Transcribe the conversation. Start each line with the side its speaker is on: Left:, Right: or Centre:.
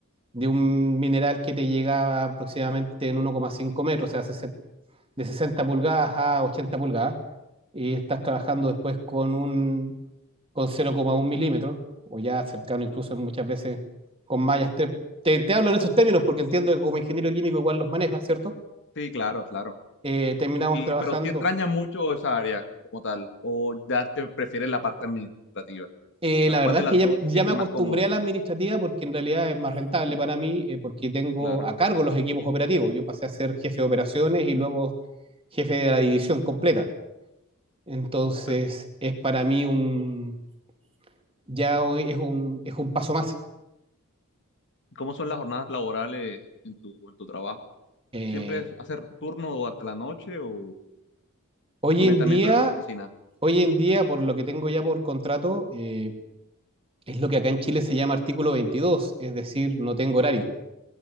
Right: de un mineral que te llegaba aproximadamente en uno coma cinco metros, o sea, de 60 pulgadas a 80 pulgadas y estás trabajando después con un con 0,1 milímetros o ya cercano incluso muchas veces con mallas te, te, te hablo en esos términos porque entiendo que como ingeniero químico igual los manejas, ¿cierto?
Left: Sí, claro, claro.
Right: Eh, terminamos
Left: Y,
Right: trabajando.
Left: pero sí extraña mucho esa área como tal, o ya te prefieres la parte administrativa. O
Right: eh,
Left: sea,
Right: la
Left: ¿cuál
Right: verdad
Left: de
Right: es
Left: las
Right: que ya,
Left: dos
Right: ya
Left: te sientes
Right: me acostumbré
Left: más cómodo?
Right: a la administrativa porque en realidad es más rentable para mí eh, porque tengo
Left: Claro.
Right: a cargo los equipos operativos. Yo pasé a ser jefe de operaciones y luego jefe de la división completa. Entonces
Left: Pero,
Right: es para mí un, ya hoy es un, es un paso más.
Left: ¿cómo son las jornadas laborales en tu, en tu trabajo?
Right: Eh,
Left: ¿Siempre es hacer turno o hasta la noche o,
Right: hoy
Left: o
Right: en
Left: netamente
Right: día,
Left: horario de oficina?
Right: hoy en día, por lo que tengo ya por contrato, eh, es lo que acá en Chile se llama artículo veintidós es decir, no tengo horario.